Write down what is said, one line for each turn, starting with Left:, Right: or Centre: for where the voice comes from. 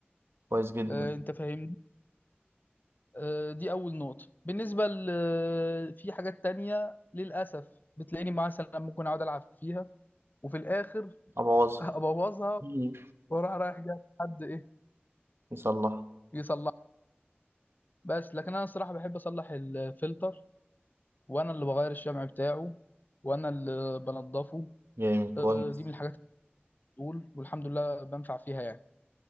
Right: كويس جدا
Left: آه، انت فاهمني آه، دي اول نقطه بالنسبه ل- في حاجات تانية للاسف بتلاقيني مثلا ممكن اقعد العب فيها وفي الاخر
Right: أبوظها
Left: ابوظها
Right: مم.
Left: واروح رايح جاي حد ايه
Right: يصلحها
Left: يصلح بس لكن انا الصراحه بحب اصلح الفلتر وانا اللي بغير الشمع بتاعه وانا اللي بنضفه
Right: جامد كويس
Left: آه، دي من الحاجات اللي بتقول والحمد لله بنفع فيها يعني